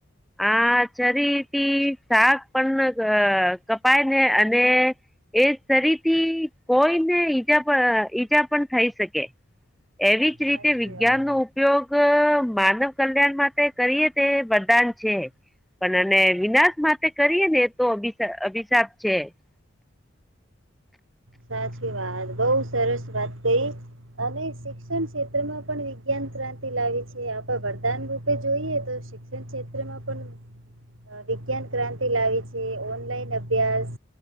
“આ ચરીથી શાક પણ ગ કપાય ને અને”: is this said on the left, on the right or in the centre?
Centre